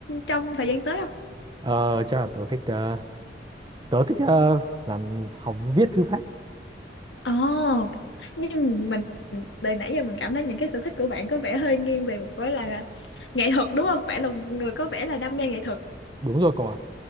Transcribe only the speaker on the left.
trong thời gian tới không?
Ồ, nhưng mình từ nãy giờ mình cảm thấy những cái sở thích của bạn có vẻ hơi nghiêng về một cái là nghệ thuật đúng không? Bạn là một người có vẻ là đam mê nghệ thuật.